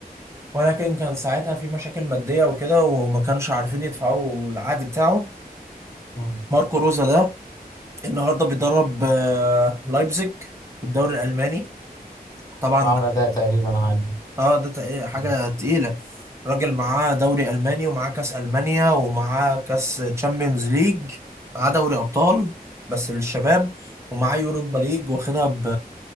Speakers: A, on the right (about 15°); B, on the left (about 20°).
A: ولكن كان ساعتها في مشاكل ماديه وكده وما كانش عارفين يدفعوا العقد بتاعه
B: مم.
A: ماركو روزا ده النهارده بيدرب آه، لايبزيج في الدوري الالماني طبعا
B: وعمل اداء تقريبا عالي
A: اه ده تق- حاجة
B: مم.
A: تقيلة راجل معاه دوري ألماني ومعاه كأس ألمانيا ومعاه كأس تشامبيونز ليج معاه دوري أبطال بس للشباب ومعاه يوروبا ليج واخدها ب